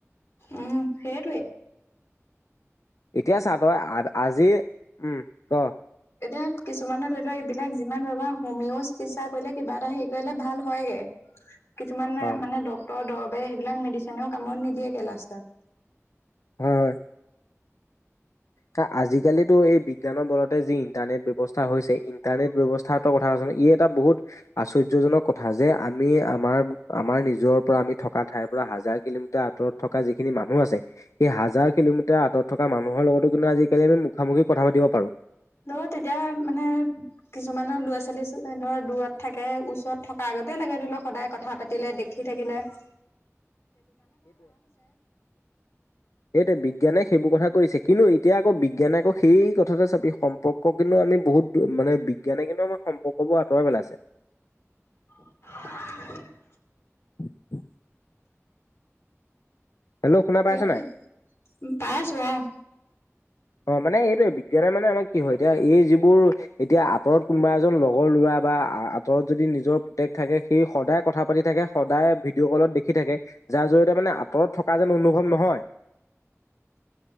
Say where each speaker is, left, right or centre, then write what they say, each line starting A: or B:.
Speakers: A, on the left; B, on the left.
A: উ'ম, সেইটোৱে।
B: এতিয়া চা তই আজি, উ'ম, ক?
A: এতিয়া কিছুমানে ধৰি লওক, এইবিলাক যিমান ধৰণৰ হোমিওঁ চিকিৎসা কৰিলে, কিবা এটা হেৰি কৰিলে ভাল হয়গে।
B: <unintelligible>
A: কিছুমানে
B: অ হয়
A: মানে ডক্তৰ দৰবে সেইবিলাক মেডিচনেওঁ কামত নিদিয়েগে লাষ্টাত।
B: হয়। চা, আজিকালিতো এই বিজ্ঞানৰ বলতে যি ইন্টাৰনেট ব্যৱস্থা হৈছে। ইন্টাৰনেট ব্যৱস্থাৰ তই কথা কচোন? ই, এটা বহুত আশ্চৰ্য্যজনক কথা যে আমি আমাৰ, আমাৰ নিজৰ পৰা আমি থকা ঠাই পৰা হাজাৰ কিলোমিটাৰ আঁতৰত থকা যিখিনি মানুহ আছে। সেই হাজাৰ কিলোমিটাৰ আঁতৰত থকা মানুহৰ লগতো কিন্তু আজিকালি আমি মুখামুখি কথা পাতিব পাৰো।
A: নহয়, তেতিয়া মানে কিছু কিছুমানৰ ল'ৰা ছোৱালী ধৰ দূৰত থাকে। ওচৰত থকাৰ আগতে লাগে ধৰি লওক সদায় কথা পাতিলে দেখি থাকিলে। লে।
B: <unintelligible> সেইটোৱে, বিজ্ঞানে সেইবোৰ কথা কৰিছে। কিন্তু এতিয়া আকৌ, বিজ্ঞানে আকৌ সেই কথাতে চাবি সম্পৰ্ক কিন্তু আমি বহুত মানে বিজ্ঞানে কিন্তু আমাক সম্পৰ্কবোৰ আঁতৰাই পেলাইছে।
A: <unintelligible>
B: <unintelligible> হেল্ল' শুনা পাইছ
A: সেইটোৱে
B: নাই
A: পাইছো। অ'।
B: অ', মানে এইটোয়ে বিজ্ঞানে মানে আমাৰ কি? হয়, এতিয়া এই যিবোৰ এতিয়া আঁতৰত কোনোবা এজন লগৰ লৰা বা আঁতৰত যদি নিজৰ পুতেক থাকে। সেই সদায় কথা পাতি থাকে, সদায় ভিডিঅ' কলত দেখি থাকে। যাৰ জৰিয়তে মানে আঁতৰত থকা যেন অনুভৱ নহয়। <unintelligible>